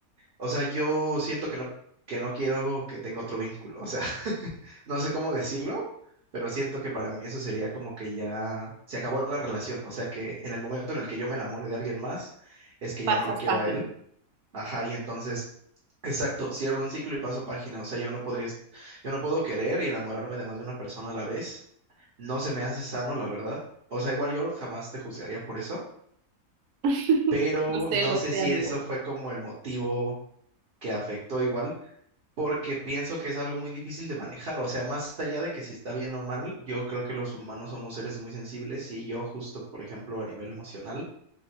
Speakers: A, on the right; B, on the right.
A: o sea, yo siento que no, que no quiero que tenga otro vínculo. O sea, <laughs> no sé cómo decirlo, pero siento que para mí eso sería como que ya se acabó la relación. O sea, que en el momento en el que yo me enamore de alguien más, es que ya
B: Pasas
A: no lo quiero
B: página.
A: a él. Ajá, y entonces, exacto, cierro un ciclo y paso página. O sea, yo no podría, yo no puedo querer y enamorarme de más de una persona a la vez. No se me hace sano, la verdad. O sea, igual yo jamás te juzgaría por eso,
B: <laughs>
A: pero
B: Lo sé,
A: no
B: lo
A: sé
B: sé,
A: si
B: amigo.
A: eso fue como el motivo que afectó igual porque pienso que es algo muy difícil de manejar. O sea, más allá de que si está bien o mal, yo creo que los humanos somos seres muy sensibles y yo justo, por ejemplo, a nivel emocional,